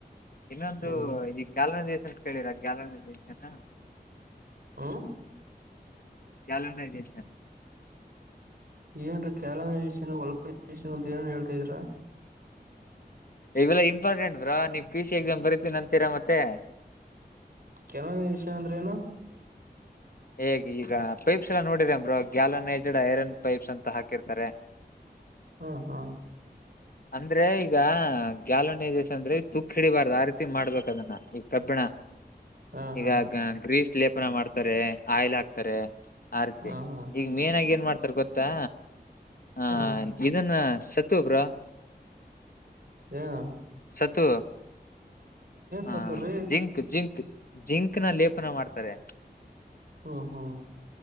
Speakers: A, on the left; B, on the right.
A: ಇನ್ನೊಂದು
B: ಹ್ಮ್
A: ಈ ಗ್ಯಾಲೋನೈಜೇಷನ್ ಅಂತ ಕೇಳಿರ ಗ್ಯಾಲೋನೈಜೇಷನ್.
B: ಮ್ಮ್.
A: ಗ್ಯಾಲೋನೈಜೇಷನ್.
B: ಏನ್ರಿ ಗ್ಯಾಲೋನೈಜೇಷನ್ ವಲ್ಕನೈಜೇಷನ್ ಅಂತ ಏನೇನೋ ಹೇಳ್ತಾ ಇದ್ದೀರಾ.
A: ಇವೆಲ್ಲಾ ಇಂಪಾರ್ಟೆಂಟ್ ಬ್ರೋ ನೀವ್ ಪಿ ಸಿ ಎಕ್ಸಾಮ್ ಬರಿತೀನಿ ಅಂತೀರಾ ಮತ್ತೆ. <inaudible>
B: ಗ್ಯಾಲೊನೈಜೇಷನ್ ಅಂದ್ರೆ ಏನು.
A: ಹೇ ಈಗ ಪೈಪ್ಸ್ ಎಲ್ಲ ನೋಡಿರಲ್ಲ ಬ್ರೋ ಗ್ಯಾಲನೈಜಡ್ ಐರನ್ ಪೈಪ್ಸ್ ಅಂತ ಹಾಕಿರ್ತಾರೆ.
B: ಹ್ಮ್ ಹ್ಮ್.
A: ಅಂದ್ರೆ ಈಗ ಗ್ಯಾಲೋನೈಜೇಷನ್ ಅಂದ್ರೆ ತುಕ್ ಹಿಡಿಬಾರ್ದು ಆ ರೀತಿ ಮಾಡ್ಬೇಕ್ ಅದನ್ನ ಈಗ ಕಬ್ಬಿಣ.
B: ಹಾ
A: ಈಗ
B: ಹಾ
A: ಗ್ ಗ್ರೀಸ್ ಲೇಪನ ಮಾಡ್ತಾರೆ. ಆಯಿಲ್ ಹಾಕ್ತಾರೆ ಆ ರೀತಿ
B: ಹಾ ಹಾ ಹಾ
A: ಈಗ ಮೇನ್ಆಗಿ ಏನ್ ಮಾಡ್ತಾರೆ ಗೊತ್ತಾ. ಆ
B: ಹಾ
A: ಇದನ್ನ ಸತು ಬ್ರೋ.
B: ಏನು
A: ಸತ್ತು ಹಾ
B: ಸತ್ತವ್ರಿ
A: ಜಿಂಕ್ ಜಿಂಕ್ ಜಿಂಕ್ನ ಲೇಪನ ಮಾಡ್ತಾರೆ
B: ಹ್ಮ ಹ್ಮ